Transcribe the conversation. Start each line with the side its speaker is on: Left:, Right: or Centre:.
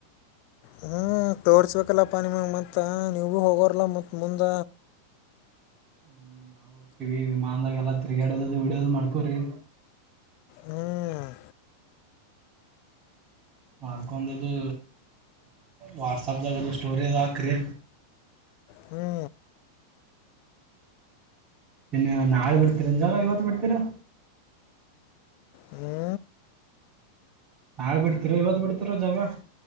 Left: ಹ್ಮ್ ತೋರ್ಸ್ಬೇಕಲ್ಲ ಪಾನಿ ಮಾಗ ಮತ್ತ ನೀವಗೂ ಹೋಗೋರ್ಲ್ಲ ಮತ್ ಮುಂದ
Right: ಹ್ಮ್ ನಾವು ಕಿವಿ ಮಾಂದಾಗಲ್ಲ ತಿರ್ಗಾಡದದು ಹಡ್ಯದು್ ಮಾಡ್ಕೋ್ರಿ
Left: ಹ್ಮ್
Right: ಮಾರ್ಡದು ವಾಟ್ಸಪ್ಗ ಅದು ಸ್ಟೋರದು್ ಹಾಕ್ರಿ
Left: ಹ್ಞೂ
Right: ನಿನ್ನ ನಾಳೆ ಬಿಡ್ತೀರಂ ಜಾಗ ಇವತ್ತು ಬಿಡ್ತೀರಾ
Left: ಹ್ಞೂ
Right: ನಾಳ ಬಿಡ್ತಿರ ಇವತ್ತು ಬಿಡ್ತಿರೋ ಜಾವ